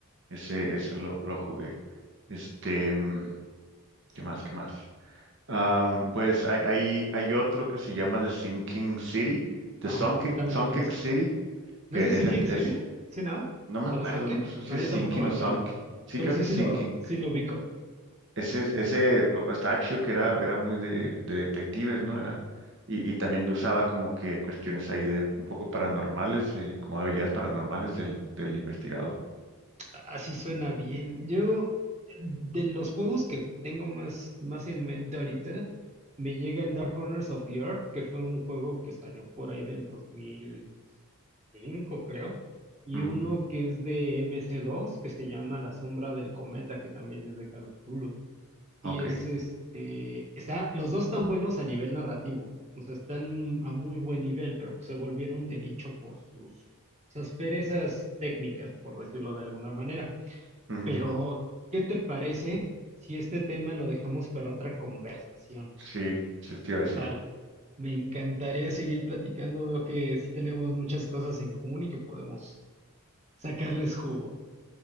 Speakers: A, on the right (about 55°); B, on the right (about 30°).
A: ese, ese lo, lo jugué. Este, mm, ¿qué más? ¿Qué más? Am, pues hay, hay, hay otro que se llama The Sinking City, The
B: Ajá,
A: Sunken,
B: sí, también
A: Sunken
B: lo conozco.
A: City,
B: ¿No
A: que
B: es de Sinking
A: ese es,
B: City? ¿Sí, no?
A: no me
B: ¿O
A: acuerdo,
B: de Sunken?
A: no sé si
B: No,
A: es
B: yo
A: Sinking
B: tampoco me
A: o
B: acuerdo.
A: Sunken. Sí,
B: Pero
A: creo
B: sí,
A: que es
B: sí
A: Sinking
B: lo, sí lo ubico.
A: Ese, ese Pistachio que era, era muy de, de detectives, ¿no? Era, y, y también usaba como que cuestiones ahí de un poco paranormales, de, como habilidades paranormales del, del investigador.
B: Así suena bien. Yo, eh, de los juegos que tengo más, más en mente ahorita, me llega el Dark Corners of the Earth, que fue un juego que salió por ahí del 2005, creo, y
A: Ujú,
B: uno que es de MC2, que se llama La Sombra del Cometa, que también es de Call of Cthulhu. Y
A: Ok.
B: es este, está, los dos están buenos a nivel narrativo, o sea, están a muy buen nivel, pero pues se volvieron de nicho por sus, sus perezas técnicas, por decirlo de alguna manera.
A: ujú,
B: Pero, ¿qué te parece si este tema lo dejamos para otra conversación?
A: Sí, sí, te iba a decir.
B: Para, me encantaría seguir platicando. Veo que sí tenemos muchas cosas en común y que podemos sacarles jugo.